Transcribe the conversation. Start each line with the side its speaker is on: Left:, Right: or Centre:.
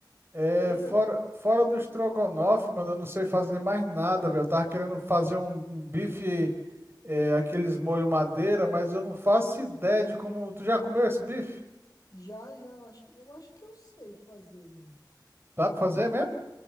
Right: É,
Left: Ah.
Right: fora, fora do estrogonofe, mano, eu não sei fazer mais nada, velho. Eu tava querendo fazer um, um bife, é, aqueles molho madeira, mas eu não faço ideia de como. Tu já comeu esse bife?
Left: Já, já, eu acho que, eu acho que eu sei fazer, mano.
Right: Dá pra fazer mesmo?